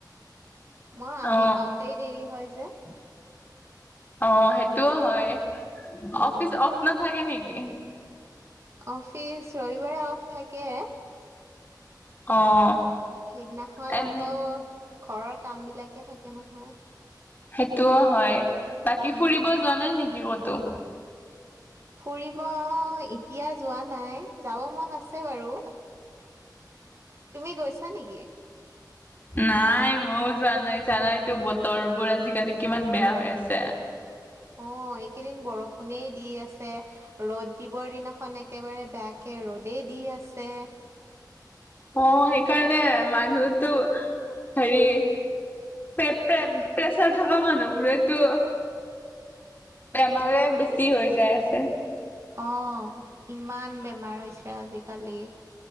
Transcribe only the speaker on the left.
অ
অ', সেইটোও হয়,
অফিচ অফ নাথাকে নেকি?
অ'।
এনে
সেইটোও হয়, বাকী
ফুৰিব যোৱা নাই নেকি ক'তো?
নাই ময়ও যোৱা নাই, জানাইতো বতৰবোৰ আজিকালি কিমান বেয়া হৈ আছে।
অ', সেইকাৰণে মানুহতো হেৰি প্ৰে প্ৰে প্ৰেছাৰ থকা মানুহবোৰেতো বেমাৰে বেছি হৈ যায় আছে।